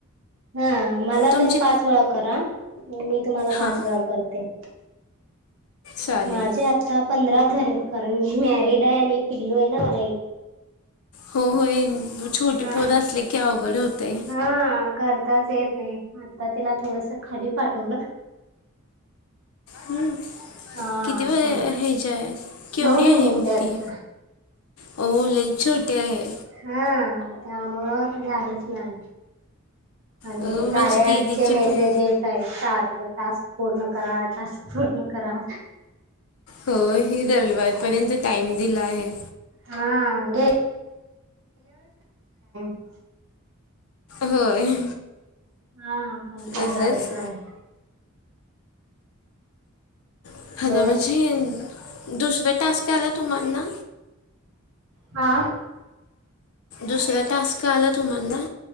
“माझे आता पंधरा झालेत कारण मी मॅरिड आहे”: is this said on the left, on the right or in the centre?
Right